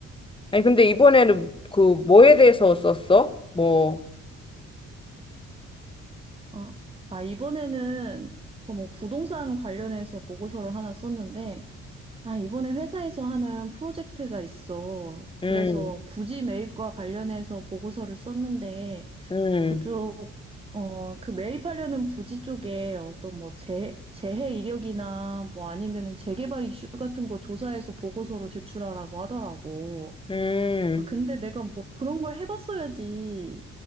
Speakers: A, on the left; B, on the right.
A: 아니, 근데 이번에는 그 뭐에 대해서 썼어? 뭐,
B: 아, 아, 이번에는 그 뭐 부동산 관련해서 보고서를 하나 썼는데, 아, 이번에 회사에서 하는 프로젝트가 있어. 그래서
A: 음,
B: 부지 매입과 관련해서 보고서를 썼는데,
A: 음,
B: 그쪽, 어, 그 매입하려는 부지 쪽에 어떤 뭐 재, 재해 이력이나 뭐 아니면은 재개발 이슈 같은 거 조사해서 보고서로 제출하라고 하더라고.
A: 음,
B: 아, 근데 내가 뭐 그런 걸 해봤어야지.